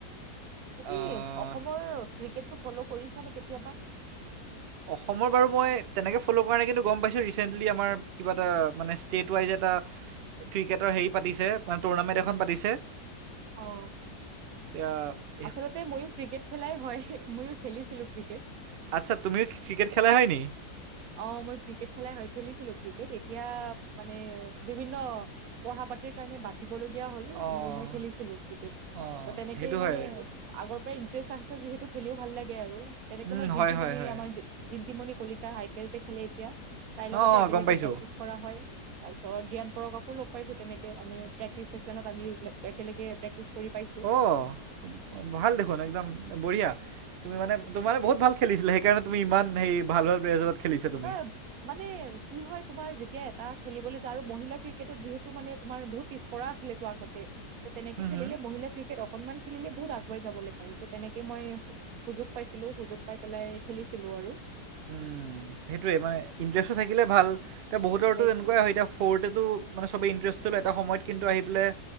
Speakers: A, on the right; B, on the right.
A: তুমি
B: আহ,
A: অসমৰ ক্ৰিকেটটো ফলৌ কৰিছানে কেতিয়াবা?
B: অসমৰ বাৰু মই তেনেকে ফলৌ' কৰা নাই, কিন্তু গম পাইছোঁ ৰিচেণ্টলি আমাৰ কিবা এটা মানে ষ্টেট ৱাইজ এটা ক্ৰিকেটৰ হেৰি পাতিছে মানে টুৰ্ণামেণ্ট এখন পাতিছে।
A: অ
B: এইয়া
A: আচলতে মইও ক্ৰিকেট খেলাই হয় ময়ো খেলিছিলো ক্ৰিকেট।
B: আচ্ছা তুমিও ক্ৰিকেট খেলা হয় নি।
A: অ', মই ক্ৰিকেট খেলাই হয় খেলিছিলো ক্ৰিকেট এতিয়া মানে বিভিন্ন পঢ়া পাতিৰ কাৰণে বাদ দিবলগীয়া হল
B: অঁ
A: কিন্তু মই খেলিছিলো ক্ৰিকেট
B: অঁ
A: ত তেনেকেই
B: সেইটো হয়
A: মানে আগৰ পৰাই ইণ্টাৰেষ্ট আহিছে যিহেতু খেলিও ভাল লাগে আৰু তেনেকে
B: উম,
A: মই
B: হয়
A: জিন্তিমনি
B: হয় হয়
A: আমাৰ Jintimoni Kalita I P L যে খেলে এতিয়া তাইৰ লগতে
B: অঁ অঁ,
A: একেলগে
B: গম পাইছোঁ
A: প্ৰেক্টিচ কৰা হয়। তাৰ পিছত জিয়ান পৰক আকো লগ পাইছো তেনেকে আমি প্ৰেক্টিচ চেচনত আমি একেলগে প্ৰেকটিচ কৰি পাইছো।
B: অ', ভাল দেখোন একদম বঢ়িয়া। তুমি মানে তোমাৰে বহু ভাল খিছিলে সেইণে তুমি ইমানেই ভাল প্লেয়াৰ লগত খেলিছা তুমি
A: <unintelligible> মানে কি হয় তোমাৰ যেতিয়া এটা খেলিবলৈ যায় আৰু মহিলা ক্ৰিকেটত যিহেতু মানে তোমাৰ বহুত পিছ পৰা আছিল তো আগতে ত তেনেকে
B: হুম,
A: খেলিলে
B: হুম।
A: মহিলা ক্ৰিকেট অকনমান খেলিলে বহুত আগুৱাই যাবলৈ পাৰি ত তেনেকে মই সুযোগ পাইছিলো সুযোগ পাই পেলাই খেলিছিলো আৰু।
B: উম, সেইটোৱে, মানে ইণ্টাৰেষ্টটো থাকিলে ভাল, এতিয়া বহুতৰতো
A: সেইটোৱে
B: এনেকুৱাই হয়, এতিয়া সৰুতেতো মানে চবেই ইণ্টাৰেষ্ট ল, এটা সময়ত কিন্তু আহি পেলাই